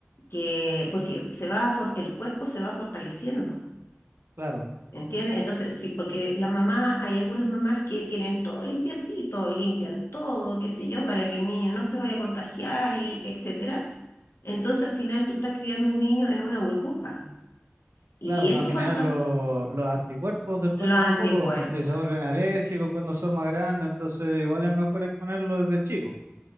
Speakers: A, on the left; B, on the right.
A: que, porque se va a for- el cuerpo se va fortaleciendo.
B: Claro,
A: ¿Entiendes? Entonces, sí, porque la mamá, hay algunas mamás que tienen todo limpiecito, limpian todo, qué sé yo, para que el niño no se vaya a contagiar y etcétera. Entonces, al final tú estás criando un niño en una burbuja. Y
B: claro, no
A: eso
B: generan
A: pasa
B: lo- los anticuerpos después
A: los
B: tampoco,
A: anticuerpos.
B: y se vuelven alérgicos cuando son más grandes, entonces igual es mejor exponerlos desde chico,